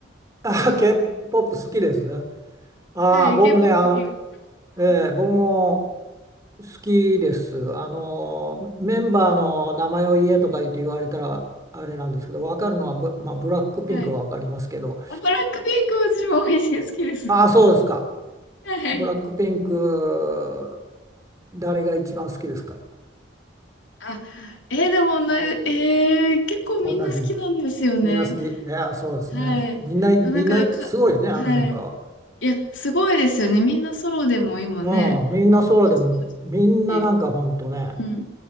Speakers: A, on the right; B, on the left.
A: あ、K-POP 好きですね。ああ、
B: はい、
A: 僕ね、
B: K-POP
A: あの、
B: 結構好きです。
A: ええ僕も好きです。あの、メンバーの名前を言えとか言って言われたらあれなんですけど、分かるのはブ、まあ、ブラックピンクは分かりますけど、
B: はい。あ、ブラックピンクは私も美味しい好きです。
A: ああ、そうですか。
B: はい。
A: ブラックピンク、誰が一番好きですか
B: あ、えーでもな、えー結構みんな好きなんですよね。
A: 同じ。みんな好き。いや、そうですね。
B: はい。
A: みんな、
B: なんか、
A: みんな、
B: か、
A: すごいね、あのメンバー
B: はい。いや、すごいですよね。みんなソロでも今ね、
A: は。うん、みんなそうでも、
B: あの、活動し
A: みんななんかほんとね、
B: てるし。うん。